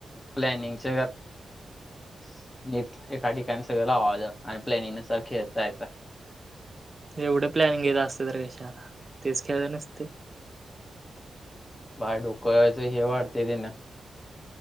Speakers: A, on the left; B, on the right.
A: प्लॅनिंगच <unintelligible> नीट एका ठिकाणी सगळं लावांयचं, आणि प्लॅनिंग नुसार खेळता येतं.
B: एवढ प्लॅनिंग येत असत तर कशाला! तेच खेळल नसते?
A: बाय डोकवायचं हे वाढते त्यान.